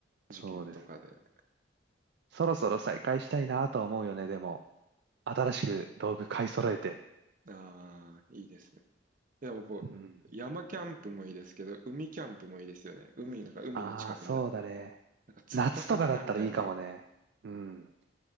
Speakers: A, on the right; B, on the right.
A: 受験とかで。
B: そうですね。そろそろ再開したいなとは思うよね、でも。新しく道具買い揃えて。
A: あー、いいですね。いや、僕、
B: うん。
A: 山キャンプもいいですけど、海キャンプもいいですよね。海、なんか海の近くみたいな。
B: ああ、そうだね。
A: なんか釣った魚みたいな
B: 夏とかだったらいいかもね。うん。